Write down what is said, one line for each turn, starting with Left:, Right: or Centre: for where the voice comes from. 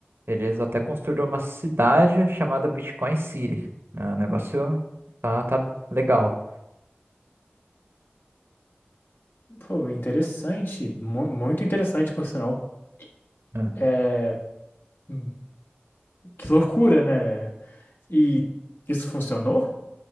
Right: Eles até construíram uma cidade chamada Bitcoin City. né? o negócio tá, tá legal.
Left: Pô, interessante, mu- muito interessante, por sinal.
Right: né?
Left: É, hum, que loucura, né? E isso funcionou?